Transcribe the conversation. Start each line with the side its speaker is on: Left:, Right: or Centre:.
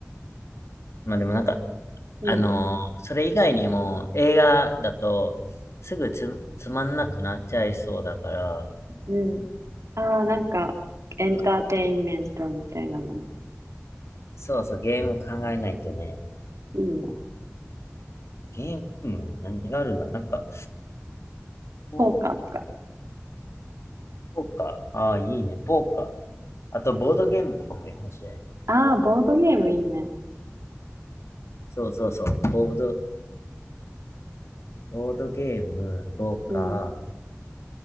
Left: まあでもなんか、
Right: うん、
Left: あのーそれ以外にも映画だと、すぐつ、つまんなくなっちゃいそうだから、
Right: うん。ああ、なんか、エンターテインメントみたいなの。
Left: そうそう、ゲーム考えないとね。
Right: いいね。
Left: ゲーム、何があるんだろう。なんか、ポ
Right: ポーカーとか。
Left: ポーカー。ああ、いいね。ポーカー。あと、ボードゲームとかもいいかもしれん。
Right: ああー、ボードゲームいいね。
Left: そうそうそう。ボード、ボードゲーム5か。
Right: うん。